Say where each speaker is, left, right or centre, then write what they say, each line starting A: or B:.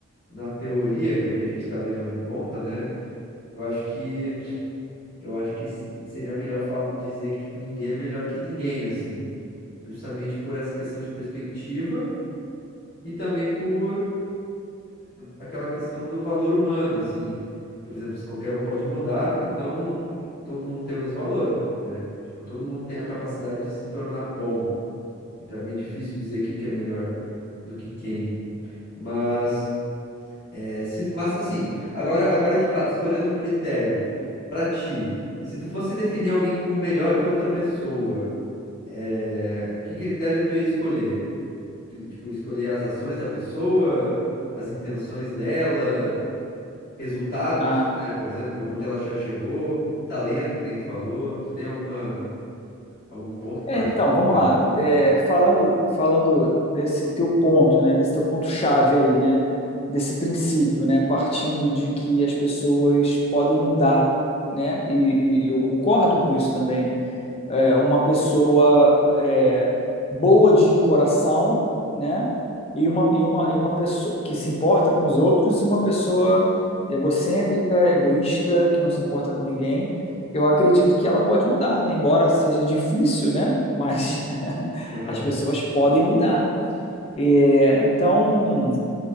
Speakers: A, on the left (about 45°); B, on the left (about 30°).
A: na teoria, que é o que a gente está levando em conta, né? Eu acho que, eu acho que s- seria melhor fa- dizer que, tipo, ninguém é melhor que ninguém, assim. Justamente por essa questão de perspectiva e também por aquela questão do valor humano, assim. Por exemplo, se qualquer um pode mudar, então todo mundo tem o mesmo valor, né? Tipo, todo mundo tem a capacidade de se tornar bom. Então é bem difícil dizer quem que é melhor do que quem. Mas, é, se- mas assim, agora, agora de fato, escolhendo um critério pra ti, se tu fosse definir alguém como melhor que outra pessoa, é, que critério tu ia escolher? Tipo, escolher as ações da pessoa, as intenções dela. resultados,
B: Ah,
A: né? Por exemplo, onde ela já chegou, talento, que nem tu falou. Tu tem alguma, algum ponto que
B: É,
A: tu acha
B: então,
A: que tu
B: vamos
A: levaria
B: lá.
A: em conta?
B: É, falando, falando desse teu ponto, né, desse teu ponto-chave aí, né, desse princípio, né, partindo de que as pessoas podem mudar, né, e, e eu concordo com isso também é, uma pessoa é, boa de coração, né? E uma, e, uma, e uma pessoa que se importa com os outros e uma pessoa egocêntrica, egoísta, que não se importa com ninguém. Eu acredito que ela pode mudar, embora seja difícil, né? Mas <laughs>
A: Aham,
B: as pessoas podem mudar. É, então,